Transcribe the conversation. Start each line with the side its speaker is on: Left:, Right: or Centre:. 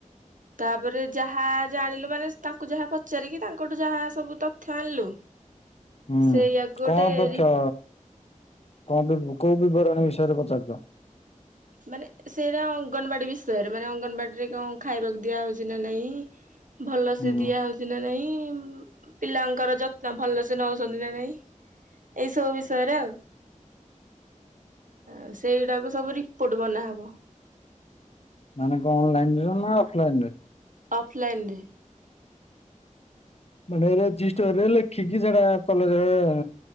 Right: ତାପରେ ଯାହା ଜାଣିଲୁ ମାନେ ତାଙ୍କୁ ଯାହା ପଚାରିକି ତାଙ୍କଠୁ ଯାହା ସବୁ ତଥ୍ୟ ଆଣିଲୁ।
Left: ହୁଁ
Right: ସେଇଆକୁ ଗୋଟେ
Left: କଣ ତଥ୍ୟ?
Right: ରି
Left: କଣ ବି କୋଉ ବିବରଣୀ ବିଷୟରେ ପଚାରଛ?
Right: ମାନେ ସେଇଟା ଅଙ୍ଗନବାଡ଼ି ବିଷୟରେ ମାନେ ଅଙ୍ଗନବାଡ଼ିରେ କଣ ଖାଇବାକୁ ଦିଆହେଉଛି ନା ନାହିଁ ଭଲ ସେେ
Left: ହୁଁ
Right: ଦିଆ ହଉଛି ନା ନାଇଁ ପିଲାଙ୍କର ଯତ୍ନ ଭଲ ସେ ନଉଛନ୍ତି ନା ନାଇଁ ଏଇ ସବୁ ବିଷୟରେ ଆଉ ଆଉ ସେଇଗୁଡାକୁ ସବୁ ରି ରିପୋର୍ଟ ବନାହବ।
Left: ମାନେକ ଅନ୍ଲାଇନ ରେ ନା ଅଫ୍ଲାଇନ ରେ?
Right: ଅଫ୍ଲାଇନ୍ରେ
Left: ମାନେ ରେଜିଷ୍ଟୋରେ ଲେଖିକି ସେଟା କଲେଆଉ